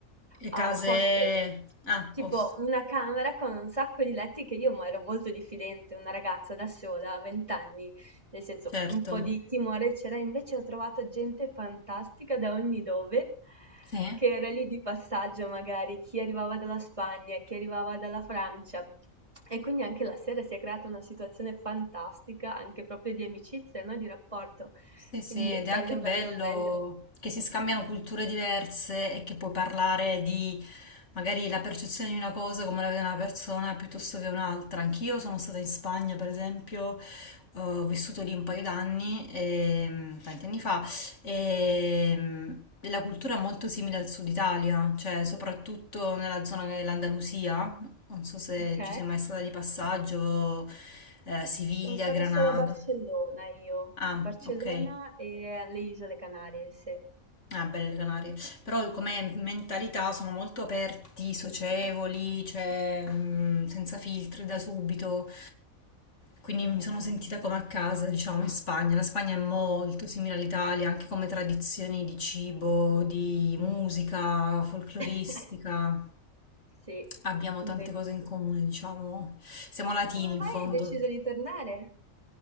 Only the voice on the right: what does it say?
Ah, hostel.
Tipo
una camera con un sacco di letti che io ma ero molto diffidente, una ragazza da sola, a 20 anni. Nel senso,
un po' di timore c'era, invece ho trovato gente fantastica da ogni dove,
che era lì di passaggio magari, chi arrivava dalla Spagna, chi arrivava dalla Francia. E quindi anche la sera si è creata una situazione fantastica, anche proprio di amicizia, no? Di rapporto.
Quindi
bello,
bello, bello.
Ok?
Sono stata
solo a Barcellona io.
Barcellona
e alle Isole Canarie, sì.
<laughs> Sì,
verissimo.
Come
mai
hai deciso di tornare?